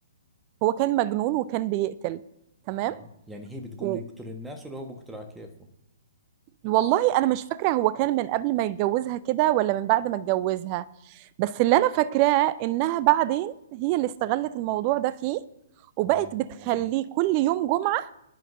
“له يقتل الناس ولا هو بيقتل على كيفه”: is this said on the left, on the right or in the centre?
Centre